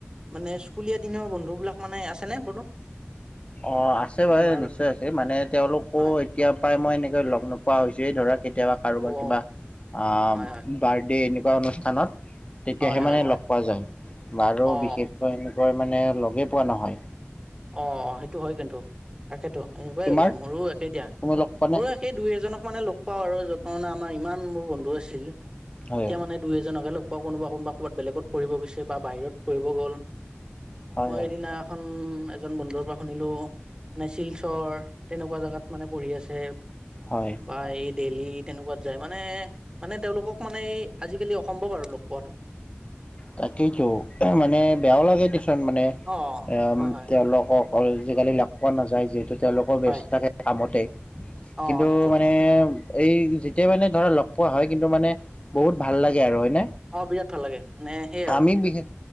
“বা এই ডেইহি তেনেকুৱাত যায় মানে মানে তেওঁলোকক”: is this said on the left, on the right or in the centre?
Right